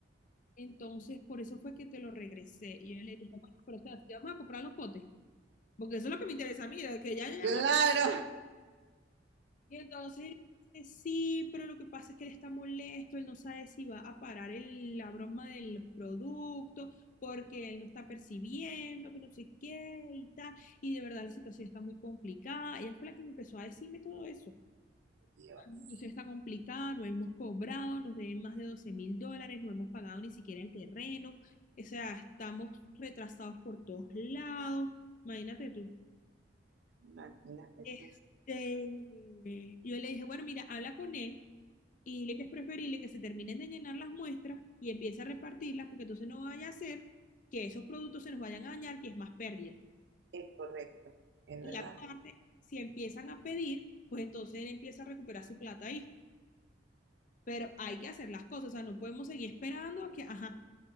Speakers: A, on the left; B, on the right.
A: Entonces, por eso fue que te lo regresé. Y yo le dije, bueno, pero o sea, ¿sí vamos a comprar los potes, porque eso es lo que me interesa a mí, de que ya, ya, ya
B: Claro,
A: Y entonces él dice, sí, pero lo que pasa es que él está molesto, él no sabe si va a parar el- la broma de los productos, porque él no está percibiendo, que no sé qué y tal. Y de verdad la situación está muy complicada. Ella fue la que me empezó a decirme todo eso.
B: Dios.
A: La situación está complicada, no hemos cobrado, nos deben más de doce mil dólares, no hemos pagado ni siquiera el terreno. O sea, estamos retrasados por todos lados. Imagínate tú.
B: Imagínate
A: Este,
B: tú.
A: yo le dije, bueno, mira, habla con él y le que es preferible que se terminen de llenar las muestras y empiece a repartirlas, porque entonces no vaya a ser que esos productos se nos vayan a dañar y es más pérdida.
B: Es correcto, es
A: Y
B: verdad,
A: aparte, si empiezan a pedir, pues entonces él empieza a recuperar su plata ahí. Pero hay que hacer las cosas, o sea, no podemos seguir esperando a que, ajá,